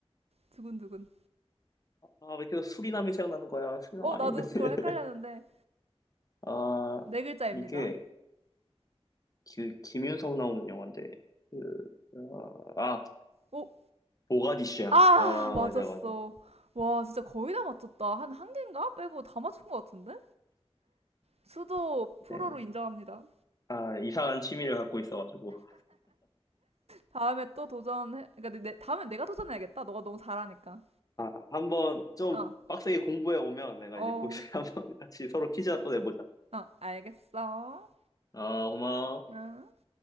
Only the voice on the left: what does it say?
아, 왜 계속 수리남이 생각나는 거야? 수리남
아닌데.
<laughs>
아,
이게 기, 김윤석 나오는 영화인데. 그, 어, 아,
모가디슈야.
아,
맞아, 맞아.
네.
아, 이상한 취미를 갖고 있어가지고.
아, 한번 좀
빡세게 공부해 오면 내가
이제 거기서 <laughs> 한번 같이 서로 퀴즈 또 내보자.
아, 고마워.